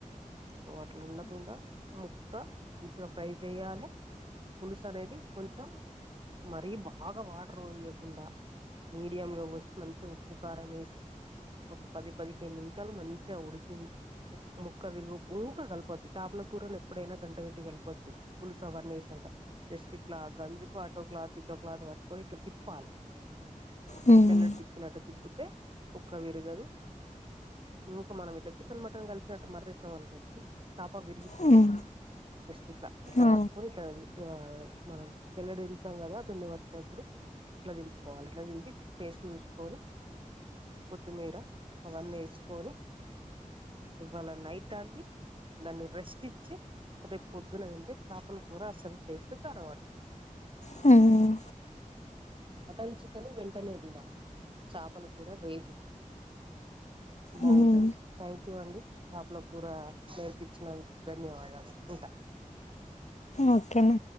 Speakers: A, on the right; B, on the left.
A: సో అట్లా ఉండకుండా ఆ ముక్క ఇగా ఫ్రై చేయాలి పులుసు అనేది కొంచెం మరీ బాగా వాటర్ పొయ్యకుండా మీడియంగా పోసి, మంచిగా ఉప్పు కారం వేసి ఒక పది పదిహేను నిమిషాలు మంచిగా ఉడికించి ముక్క విరుగు ఊక కలపొద్దు, చాపల కూరను ఎప్పుడైనా గంటె పెట్టి ట్టి కలపొద్దు పులుసు అవన్నీ ఏసినంక జస్ట్ ఇట్లా గంజుకు అటోక్లాత్ ఇటోక్లాత్ పట్టుకోని ఇట్లా తిప్పాలి.
B: హ్మ్.
A: జల్లెడ తిప్పినట్టు తిప్పుతే ముక్క విరగదు ఇంకా మనం ఇట్లా చికెన్, మటన్ కలిపినట్టు మర్రేసినం అనుకోండి చేప విరిగిపోద్ది.
B: హ్మ్.
A: జస్ట్ ఇట్లా ఇట్లా
B: ఆ!
A: పట్టుకొని ఇట్లా మనం జల్లెడు దింపుతాం కదా పిండి పట్టేప్పుడు. ఇట్లా దింపుకోవాలి, ఇట్లా దింపి టేస్ట్ చూసుకొని కొత్తిమీర అవన్నీ ఏసుకొని ఇవాళ నైటాంది, దాన్ని రెస్ట్ ఇచ్చి రేపు పొద్దున తింటే చేపలుకూర అసలు టేస్ట్ కానబడు
B: హుమ్
A: మటన్, చికెన్ వెంటనే తినాలి. చేపల కూర రేపు బాగుంటది.
B: హ్మ్.
A: థ్యాంక్ యూ అండి, చేపలకూర నేర్పించినందుకు ధన్యవాదాలు. ఉంటా
B: ఓకే నా